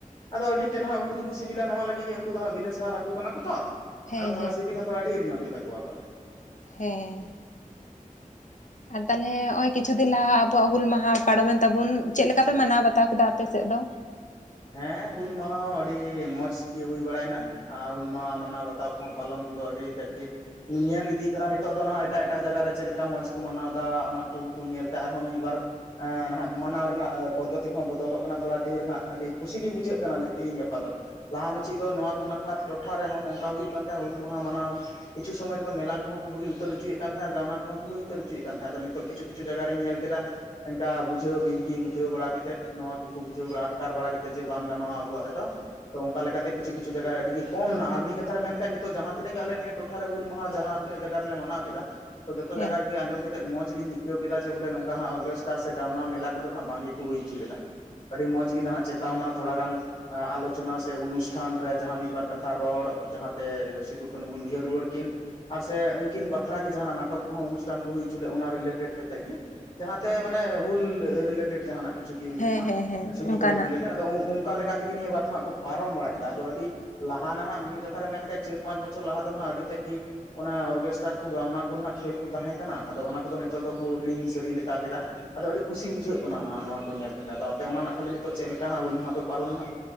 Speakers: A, on the left; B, on the left.
A: ᱟᱫᱚ ᱟᱹᱰᱤ ᱛᱮᱜ ᱱᱟᱦᱟᱜ ᱩᱝᱠᱩ ᱫᱚᱠᱚ ᱥᱤᱵᱤᱞᱟ ᱱᱚᱣᱟ ᱞᱟᱹᱜᱤᱜ ᱜᱮ ᱩᱱᱠᱩ ᱫᱚ ᱦᱟᱸᱜ ᱵᱤᱱᱟᱹ ᱥᱟᱦᱟᱨ ᱦᱟᱹᱠᱩ ᱠᱟᱱᱟ ᱠᱚ ᱛᱚ
B: ᱦᱮᱸ
A: ᱟᱫᱚ ᱛᱷᱚᱲᱟ
B: ᱦᱮᱸ
A: ᱥᱤᱵᱤᱞ ᱦᱚᱸ ᱛᱷᱚᱲᱟ ᱰᱷᱮᱨ ᱧᱚᱜ ᱜᱮᱛᱟ ᱠᱚᱣᱟ ᱯᱟᱞᱮ᱾
B: ᱦᱮᱸ ᱟᱨ ᱛᱟᱦᱚᱞᱮ ᱦᱚᱸᱜᱼᱚᱭ ᱠᱤᱪᱷᱩ ᱫᱤᱱ ᱞᱟᱦᱟ ᱟᱵᱚᱣᱟᱜ ᱦᱩᱞ ᱢᱟᱦᱟ ᱯᱟᱨᱚᱢᱮᱱ ᱛᱟᱵᱚᱱ ᱪᱮᱫ ᱞᱮᱠᱟ ᱯᱮ ᱢᱟᱱᱟᱣ ᱵᱟᱛᱟᱣ ᱠᱮᱫᱟ ᱟᱯᱮ ᱥᱮᱫ ᱫᱚ?
A: ᱦᱮᱸ ᱦᱩᱞ ᱢᱟᱦᱟ ᱦᱚᱸ ᱟᱹᱰᱤ ᱢᱚᱸᱡᱽ ᱛᱮᱜᱤ ᱦᱩᱭ ᱵᱟᱲᱟᱭᱱᱟ ᱟᱨ ᱦᱩᱞ ᱢᱟᱦᱟ ᱢᱟᱱᱟᱣ ᱵᱟᱛ ᱛᱟᱣ ᱠᱚᱦᱚᱸ ᱯᱟᱞᱚᱱ ᱠᱚᱫᱚ ᱟᱹᱰᱤ ᱛᱮᱫ ᱜᱮ ᱧᱮᱞ ᱤᱫᱤ ᱠᱟᱱᱟ ᱱᱤᱛ ᱱᱤᱛᱚᱜ ᱫᱚ ᱱᱟᱹᱜ ᱮᱴᱟᱜ ᱮᱴᱟᱜ ᱡᱟᱜᱟ ᱨᱮ ᱪᱮᱫ ᱞᱮᱠᱟ ᱢᱚᱸᱡᱽ ᱠᱚ ᱢᱟᱱᱟᱣ ᱫᱟ ᱚᱱᱟ ᱠᱚᱠᱚ ᱧᱮᱞᱫᱟ ᱟᱨᱦᱚᱸ ᱢᱤᱜᱵᱟᱨ ᱱᱟᱹᱜ ᱢᱟᱱᱟᱣ ᱨᱮᱱᱟᱜ ᱯᱚᱫᱽᱫᱷᱚᱛᱤ ᱠᱚᱦᱚᱸ ᱵᱚᱫᱚᱞᱚᱜ ᱠᱟᱱᱟ ᱛᱷᱚᱲᱟ ᱰᱷᱮᱨ ᱦᱟᱸᱜ ᱟᱹᱰᱤ ᱠᱩᱥᱤ ᱜᱮ ᱵᱩᱡᱷᱟᱹᱜ ᱠᱟᱱᱟ ᱛᱮᱦᱤᱧ ᱜᱟᱯᱟ ᱫᱚ ᱞᱟᱦᱟ ᱢᱟᱪᱷᱤ ᱫᱚ ᱱᱚᱣᱟ ᱠᱚ ᱱᱟᱠᱷᱟᱨ ᱴᱚᱴᱷᱟ ᱨᱮᱦᱚᱸ ᱱᱚᱝᱠᱟ ᱦᱩᱭᱩᱜ ᱠᱟᱱ ᱛᱟᱦᱮᱸ ᱦᱩᱞ ᱢᱟᱦᱟ ᱢᱟᱱᱟᱣ ᱠᱤᱪᱷᱩ ᱥᱚᱢᱚᱭ ᱨᱮᱫᱚ ᱢᱮᱞᱟ ᱠᱚᱦᱚᱸ ᱠᱚ ᱦᱩᱭ ᱩᱛᱟᱹᱨ ᱦᱚᱪᱚᱭᱮᱫ ᱠᱟᱱ ᱛᱟᱦᱮᱸ ᱟᱨ ᱜᱟᱣᱱᱟ ᱠᱚᱦᱚᱸ ᱠᱚ ᱦᱩᱭ ᱩᱛᱟᱹᱨ ᱦᱚᱪᱚᱭᱮᱫ ᱠᱟᱱ ᱛᱟᱦᱮᱸ ᱟᱫᱚ ᱱᱤᱛᱚᱜ ᱠᱤᱪᱷᱩ ᱠᱤᱪᱩ ᱡᱟᱭᱜᱟ ᱨᱮᱧ ᱧᱮᱞ ᱠᱮᱫᱟ ᱚᱝᱠᱟ ᱵᱩᱡᱷᱟᱹᱣ ᱵᱤᱱᱛᱤ ᱵᱩᱡᱷᱟᱹᱣ ᱵᱟᱲᱟ ᱠᱟᱛᱮᱫ ᱱᱚᱣᱟ ᱠᱚᱠᱚ ᱵᱩᱡᱷᱟᱹᱣ ᱵᱟᱲᱟ ᱟᱴᱠᱟᱨ ᱵᱟᱲᱟ ᱠᱟᱛᱮᱫ ᱛᱮ ᱡᱮ ᱵᱟᱝ ᱜᱟᱱᱚᱜᱼᱟ ᱟᱵᱚᱣᱟᱜ ᱨᱮᱫᱚ ᱛᱚ ᱚᱝᱠᱟ ᱞᱮᱠᱟᱛᱮ ᱠᱤᱪᱷᱩ ᱠᱤᱪᱷᱩ ᱡᱟᱭᱜᱟ ᱨᱮ ᱟᱹᱰᱤᱜᱮ ᱠᱚᱢ ᱱᱟ ᱟᱨ ᱢᱤᱫ ᱠᱟᱛᱷᱟ ᱨᱮ ᱢᱮᱱᱞᱮᱠᱷᱟᱡ ᱱᱤᱛᱚᱜ ᱡᱟᱦᱟᱸ ᱛᱤᱱᱟᱹᱜ ᱜᱮ ᱟᱞᱮ ᱱᱤᱭᱟᱹ ᱴᱚᱴᱷᱟ ᱨᱮ ᱦᱩᱞ ᱢᱟᱦᱟ ᱡᱟᱦᱟᱸ ᱛᱤᱱᱟᱹᱜ ᱡᱟᱜᱟ ᱨᱮᱞᱮ ᱢᱟᱱᱟᱣ ᱠᱮᱫᱟ ᱛᱚ ᱡᱚᱛᱚ
B: ᱦᱮᱸ
A: ᱡᱟᱜᱟ ᱨᱮᱜᱮ ᱟᱸᱡᱚᱢ ᱠᱮᱫ ᱢᱚᱡᱽ ᱞᱤᱧ ᱟᱹᱭᱠᱟᱹᱣ ᱠᱮᱫᱟ ᱡᱮ ᱵᱚᱞᱮ ᱱᱚᱝᱠᱟ ᱦᱟᱸᱜ ᱚᱨᱠᱮᱥᱴᱟᱨ ᱥᱮ ᱜᱟᱣᱱᱟ ᱢᱮᱞᱟ ᱠᱚᱫᱚ ᱦᱟᱸᱜ ᱵᱟᱝ ᱜᱮᱠᱚ ᱦᱩᱭ ᱦᱚᱪᱚ ᱞᱮᱫᱟ ᱟᱹᱰᱤ ᱢᱚᱸᱡᱽ ᱜᱮ ᱱᱟᱦᱟᱹᱜ ᱪᱮᱛᱟᱣᱱᱟ ᱛᱷᱚᱲᱟ ᱜᱟᱱ ᱟᱞᱳᱪᱚᱱᱟ ᱥᱮ ᱚᱱᱩᱥᱴᱷᱟᱱ ᱨᱮ ᱡᱟᱦᱟᱸ ᱢᱤᱫᱵᱟᱨ ᱠᱟᱛᱷᱟ ᱨᱚᱲ ᱡᱟᱦᱟᱸᱛᱮ ᱥᱤᱫᱩ ᱠᱟᱹᱱᱩ ᱵᱚᱱ ᱩᱭᱦᱟᱹᱨ ᱨᱩᱣᱟᱹᱲ ᱠᱤᱱ ᱟᱨ ᱥᱮ ᱩᱱᱠᱤᱱ ᱵᱟᱠᱷᱨᱟ ᱜᱮ ᱡᱟᱦᱟᱸᱱᱟᱜ ᱱᱟᱴᱚᱠ ᱠᱚᱦᱚᱸ ᱚᱱᱩᱥᱴᱷᱟᱱ ᱠᱚ ᱦᱩᱭ ᱪᱚ ᱞᱮᱜ ᱚᱱᱟ ᱨᱤᱞᱮᱴᱮᱰ ᱠᱟᱛᱮᱜ ᱜᱮ ᱡᱟᱦᱟᱸᱛᱮ ᱢᱟᱱᱮ ᱦᱩᱞ ᱨᱤᱞᱮᱴᱮᱰ ᱡᱟᱦᱟᱸ ᱱᱟᱜ ᱠᱤᱪᱷᱩ ᱜᱮ ᱦᱩᱭᱩᱜ
B: ᱦᱮᱸ
A: ᱢᱟ
B: ᱦᱮᱸ ᱦᱮᱸ
A: ᱥᱤᱫᱩ
B: ᱚᱱᱠᱟᱱᱟᱜ
A: ᱠᱟᱹᱱᱦᱩ ᱨᱤᱞᱮᱴᱮᱰ ᱟᱫᱚ ᱚᱝᱠᱟ ᱞᱮᱠᱟ ᱛᱮᱜᱮ ᱱᱤᱭᱟᱹ ᱵᱟᱨ ᱫᱚ ᱦᱟᱸᱜ ᱠᱚ ᱯᱟᱨᱚᱢ ᱵᱟᱲᱟ ᱠᱮᱫᱟ ᱟᱫᱚ ᱟᱹᱰᱤ ᱞᱟᱦᱟ ᱱᱟᱦᱟᱸᱟᱜ ᱢᱤᱫ ᱠᱟᱛᱷᱟᱨᱮ ᱢᱮᱱ ᱞᱮᱠᱷᱟᱡ ᱪᱟᱨ ᱯᱟᱸᱪ ᱵᱚᱪᱷᱚᱨ ᱞᱟᱦᱟ ᱫᱚ ᱦᱟᱸᱜ ᱟᱹᱰᱤ ᱛᱮᱫ ᱜᱮ ᱚᱱᱟ ᱚᱨᱠᱮᱥᱴᱟᱨ ᱠᱚ ᱜᱟᱣᱱᱟ ᱠᱚ ᱱᱟᱹᱜ ᱠᱷᱮᱞ ᱠᱚ ᱛᱟᱦᱮᱸ ᱠᱟᱱᱟ ᱟᱫᱚ ᱚᱱᱟ ᱠᱚᱫᱚ ᱱᱤᱛᱚᱜ ᱫᱚᱠᱚ ᱦᱤᱲᱤᱧ ᱥᱟᱹᱨᱤ ᱞᱮᱠᱟ ᱠᱮᱫᱟ ᱟᱫᱚ ᱟᱹᱰᱤ ᱠᱩᱥᱤ ᱵᱩᱡᱷᱟᱹᱜ ᱠᱟᱱᱟ ᱱᱟᱸᱜ ᱱᱚᱣᱟ ᱠᱚ ᱧᱮᱞ ᱠᱟᱛᱮ ᱟᱫᱚ ᱟᱯᱮ ᱚᱱᱟ ᱱᱟᱠᱷᱟᱡ ᱱᱤᱛᱚᱜ ᱪᱮᱫ ᱞᱮᱠᱟ ᱦᱟᱸᱜ ᱦᱩᱞ ᱢᱟᱦᱟ ᱯᱮ ᱯᱟᱨᱚᱢ ᱫᱟ᱾